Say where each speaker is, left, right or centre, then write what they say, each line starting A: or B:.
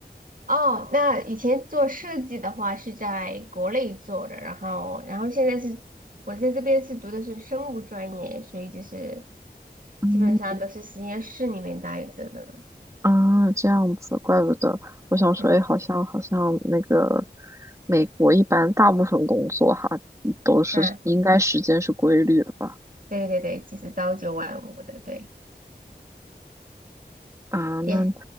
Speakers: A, on the right (about 55°); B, on the right (about 20°).
A: 哦，那以前做设计的话是在国内做的，然后然后现在是我在这边是读的是生物专业，所以就是
B: 嗯
A: 基本上都是实验室里面待着的。
B: 啊，这样子，怪不得。我想说，
A: 嗯，
B: 哎，好像好像那个美国一般大部分工作哈都是应该时间是规律的吧？
A: 那对对对，就是朝九晚五的，对，
B: 啊，那
A: 也